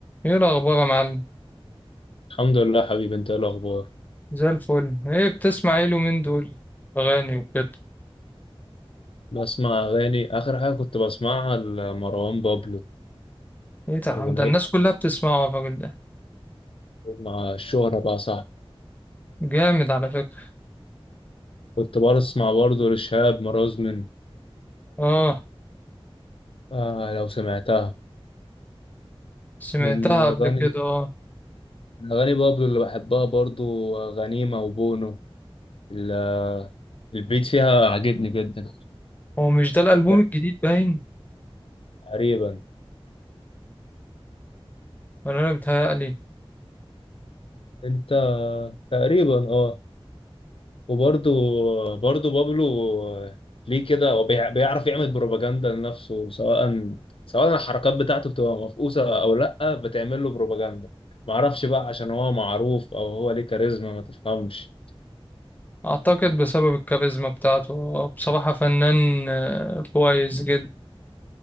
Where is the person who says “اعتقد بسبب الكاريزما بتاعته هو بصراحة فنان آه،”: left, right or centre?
Left